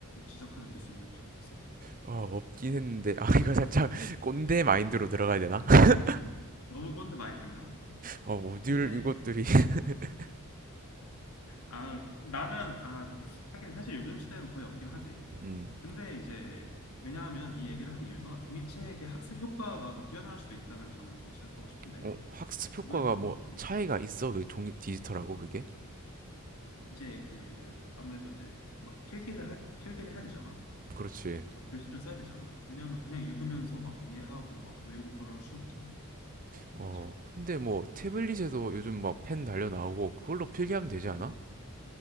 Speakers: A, on the left (about 85°); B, on the right (about 40°).
A: 지적하는 교수님이 혹시 없었어?
B: 아 없긴 했는데 아 이거 살짝 <laughs> 꼰대 마인드로 들어가야 되나 <laughs>
A: 너무 꼰대 마인드인가?
B: 어 어딜
A: 근데
B: 이것들이 <laughs>
A: 아 나는 아 하긴 사실 요즘 시대는 거의 없긴 하지.
B: 음
A: 근데 이제 왜냐하면 이 얘기를 하는 이유가 종이책의 학습 효과가 더 뛰어날 수도 있다는 점을 좀 지적하고 싶은데
B: 어, 학습 효과가
A: 이거에 대해서
B: 뭐
A: 혹시
B: 차이가 있어? 그 종이 디지털하고 그게?
A: 이제 그 아무래도 이제 막 필기를 할 필기를 해야 되잖아.
B: 그렇지.
A: 막 글씨를 써야 되잖아. 왜냐하면 그냥 읽으면서 막 이해하고 막 외우고 그럴 순 없잖아.
B: 어,
A: 맞지?
B: 근데 뭐 태블릿에도 요즘 막 펜 달려 나오고 그걸로 필기하면 되지
A: 음,
B: 않아?